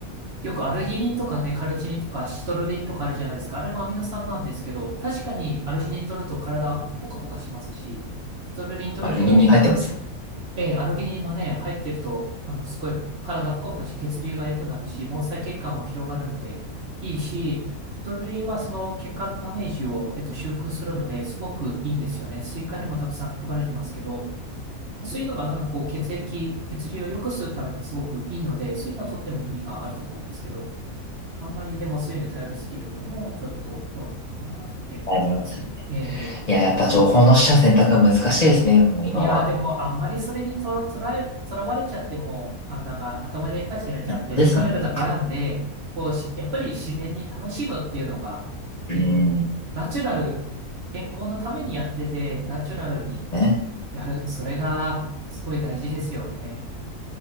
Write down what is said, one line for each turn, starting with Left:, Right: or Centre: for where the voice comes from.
Right: よくアルギニンとかね、カルチニンとかシトルリンとかあるじゃないですか。あれもアミノ酸なんですけど、確かにアルギニン取ると体ポカポカしますし、シトルリン取ると、
Left: 悪気に入ってますね。
Right: ええ、アルギニンもね、入ってると、あの、すごい体ポカポカし、血流が良くなるし、毛細血管も広がるので、いいし、シトルリンはその血管のダメージを、えっと、修復するので、すごくいいんですよね。スイカにもたくさん含まれてますけど、そういうのがなんかこう、血液、血流を良くするためにすごくいいので、そういうのはとっても意味があると思うんですけど、あんまりでもそういうのに頼りすぎるのも、ちょっとどうなのかなって。
Left: はい、ますね。
Right: ええ、
Left: いや、やっぱ情報の取捨選択は難しいですね。
Right: そうです。
Left: もう今は。
Right: いやー、でも、あんまりそれにとら、とら、とらわれちゃっても、あ、なんか頭でっかちになっちゃって疲れるだけなんで、
Left: はいそうですよね、なんか。
Right: こうし、やっぱり自然に楽しむっていうのが、
Left: うん。
Right: え、
Left: ね。
Right: ナチュラル、健康のためにやってて、ナチュラルに
Left: で
Right: やる、それがすごい大事ですよね。